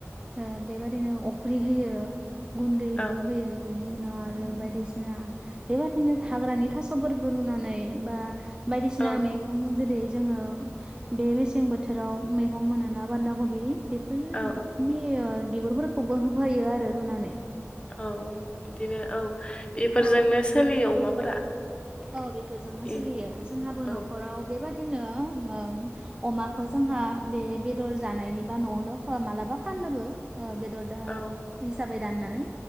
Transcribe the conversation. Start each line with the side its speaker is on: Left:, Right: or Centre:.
Right: ओ बेबादिनो अफ्रि होयो। गुन्दैबो
Left: औ
Right: होयो। बेनि उनाव आरो बायदिसिना बेबादिनो हाग्रानि थास'फोरबो रुनानै बा बायदिसिना
Left: औ
Right: मैगं गं जेरै जोङो बे मेसें बोथोराव मैगं मोनोना बान्दा कबि बेफोरनोनि
Left: औ
Right: बिगुरफोरखौबो होफायो आरो रुनानै।
Left: औ बिदिनो औ बेफोरजोंनो
Right: औ
Left: सोलियो अमाफोरा।
Right: औ बेफोरजोंनो
Left: इ-
Right: सोलियो जोंहाबो
Left: औ
Right: न'खराव बेबादिनो ओम अमाखौ जोंहा बे बेदर जानायनि बा न'आवनो ओ मालाबा फाननोबो बेदर दा
Left: औ।
Right: हिसाबै दाननानै